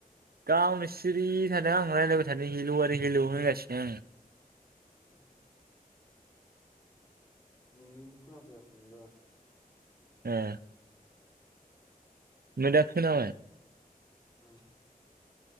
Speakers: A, on the right; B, on the left.
A: गावनो सिरि थादों आं रायज्लायबाय थादों हेलौ आरो हेलौ होनगासिनो आङो।
B: उम। नोंनिखो खोना फैयाखैमोनबा।
A: ए। ओमफ्राय दा खोनाबाय।
B: उम।